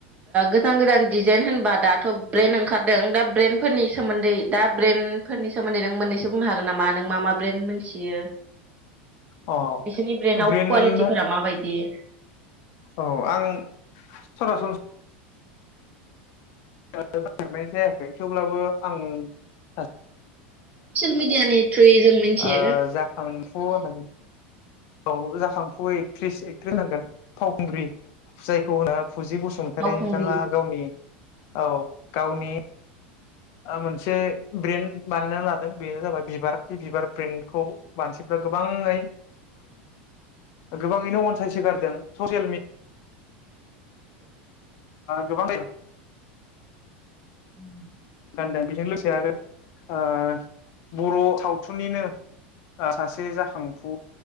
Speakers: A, on the right; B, on the left.
A: गोदान गोदान डिजाइन होनबा दाथ ब्रेन्द ओंखारदों ब्रेन्ड फोरनि सोमोन्दै दा ब्रेन्ड फोरनि सोमोन्दै नों मोननैसो बुंनो हागोन नामा नों मा मा ब्रेन्ड मोनथियो
B: अ
A: बिसोरनि ब्रेन्डआव
B: ब्रेन्ड
A: कुवालिटिफोरा माबाय <unintelligible>
B: औ आं सरासनस नागेरनाय जायाखै थेवब्लाबो आं सा
A: ससियेल मिडया नि थ्रुयै जों मिथियो
B: आ जाखा- खांफु होन औ जाखांफु एस एक्ट्रिस होनांगोन फावखुंग्रि जायखौ होनो फुजि बसुमतारी
A: फावखुंग्रि
B: बिथाङा गावनि औ गावनि मोनसे ब्रेन्ड बानायना लादों बेनो जाबाय बिबार बे बिबार ब्रेनखौ मानसिफ्रा गोबाङै गोबाङैनो अनसायसोगारदों ससियेल मि गोबांयै
A: उम
B: गान्दों बेजों लोगोसे आरो आं बर सावथुननिनो सासे जाखांफु